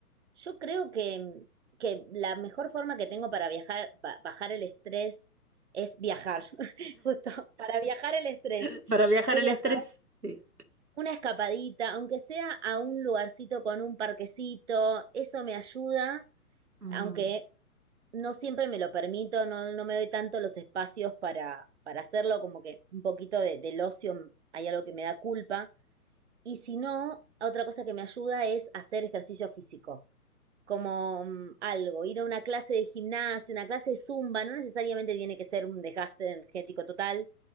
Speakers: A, on the right; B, on the right.
A: Yo creo que, mm, que la mejor forma que tengo para viajar, ba- bajar el estrés es viajar. <laughs> Justo, para viajar el estrés
B: <laughs> para viajar
A: es
B: el
A: viajar.
B: estrés. Sí.
A: Una escapadita, aunque sea a un lugarcito con un parquecito, eso me ayuda,
B: Mm,
A: aunque no siempre me lo permito, no, no me doy tanto los espacios para, para hacerlo, como que un poquito de, del ocio hay algo que me da culpa. Y si no, otra cosa que me ayuda es hacer ejercicio físico, como mm, algo, ir a una clase de gimnasia una clase de zumba, no necesariamente tiene que ser un desgaste energético total,